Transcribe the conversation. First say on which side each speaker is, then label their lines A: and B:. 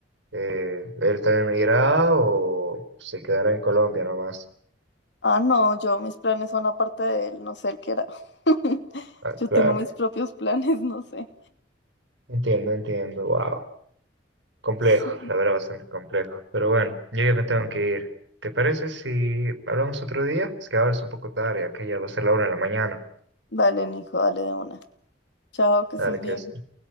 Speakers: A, on the right; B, on the left.
A: Eh, ¿él también irá o se quedará en Colombia nomás?
B: Ah, no, yo mis planes son aparte de él, no sé él qué era. <laughs>
A: Ah,
B: Yo
A: claro.
B: tengo mis propios planes, no sé.
A: Entiendo, entiendo, wow. Complejo,
B: Sí.
A: la verdad, bastante complejo. Pero bueno, yo ya me tengo que ir. ¿Te parece si hablamos otro día? Es que ahora es un poco tarde, acá ya va a ser la una de la mañana.
B: Dale, Nico, dale de una. Chao, que
A: Dale,
B: estés bien.
A: que es.